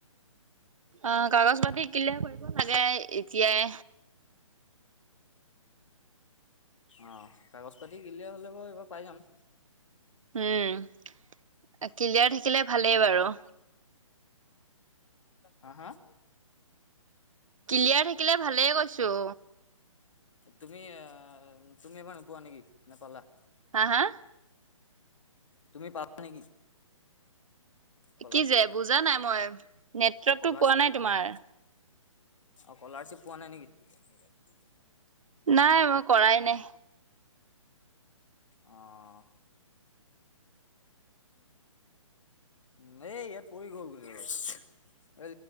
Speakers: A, on the right; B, on the left.
A: অঁ কাগজ পাতি ক্লিয়াৰ কৰিব লাগে এতিয়াই।
B: অঁ কাগজ পাতি ক্লিয়াৰ হ'লে বাৰু এইবাৰ পায় যাম।
A: উম ক্লিয়াৰ থাকিলে ভালেই বাৰু।
B: হাঁ হাঁ?
A: ক্লিয়াৰ থাকিলে ভালেই কৈছোঁ।
B: তুমি আহ তুমি এবাৰ নোপোৱা নেকি নেপালা?
A: হা হা?
B: তুমি পাবা নেকি। স্কলাৰশ্বিপ
A: কি যে বুজা নাই মই নেটৱৰ্কতটো
B: স্কলাৰশ্বিপ
A: পোৱা
B: স্কলাৰশ্বিপ
A: নাই তোমাৰ।
B: স্কলাৰশ্বিপ পোৱা নাই নেকি?
A: নাই মই কৰাই নাই।
B: অঁ। ন ইয়াত পৰি গ'ল গোটেইকেইডাল।